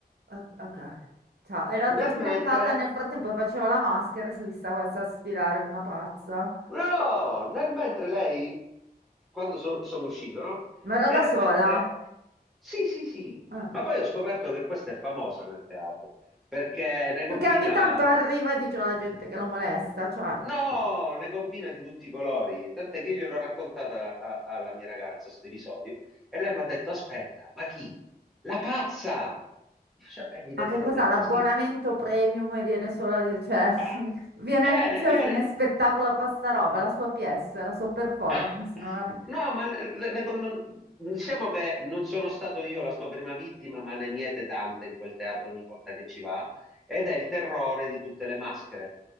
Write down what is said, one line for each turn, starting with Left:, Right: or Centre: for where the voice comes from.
Right: O- Ok. Ciao, e la tua
Centre: Nel
Right: fidanzata
Centre: mentre,
Right: nel frattempo che faceva la maschera, si è vista questa sfilare una pazza.
Centre: no, nel mentre lei, quando so- sono uscito, no?
Right: Ma era
Centre: E
Right: da
Centre: nel
Right: sola?
Centre: mentre, sì, sì, sì,
Right: Ah.
Centre: ma poi ho scoperto che questa è famosa nel teatro, perché ne
Right: Perché
Centre: combina
Right: ogni tanto arriva e dice alla gente che la molesta, cioè,
Centre: No, ne combina di tutti i colori. Tant'è che io gliel'ho raccontata a- alla mia ragazza questo episodio e lei mi ha detto: Aspetta, ma chi? La pazza! Io faccio, "Eh, evidentemente
Right: ma che cos'ha l'abbonamento
Centre: sì.
Right: premium e viene solo, a- cioè,
Centre: Eh,
Right: <laughs> viene
Centre: viene,
Right: a inizio
Centre: viene.
Right: e a fine spettacolo fa sta roba, la sua pièce, la sua performance,
Centre: Eh,
Right: non ho capito.
Centre: no, ma le- le- le- non- diciamo che non sono stato io la sua prima vittima, ma ne miete tante in quel teatro ogni volta che ci va, ed è il terrore di tutte le maschere,